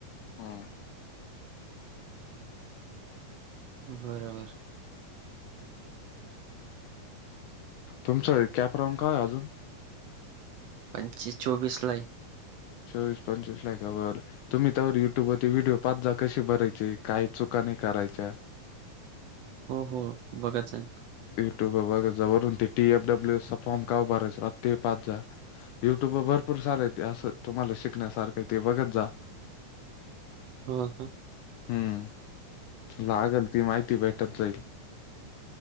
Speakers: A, on the left; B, on the right.
A: हा.
B: बरोबर.
A: तुमचं कॅप राऊन काय अजून?
B: पंचस चोवीस लाई.
A: चोवीस पंचवीस लाय का बर. तुम्ही त्यावर युट्युब वती व्हिडिओ पाच जा कशी भरायचे काही चुका नाही करायच्या
B: हो हो बघत जाईन.
A: युट्यूब ला बघा जा वरून ते टीएफ डब्ल्यू एस चा फॉर्म का उभरायच रात ते हो पाच जा. युट्यूब वर भरपूर चालय असं तुम्हाला शिकण्यासारखं ते बघत जा. <inaudible>
B: हो ह.
A: हम्म लागल ती माहिती भेटत जाईल.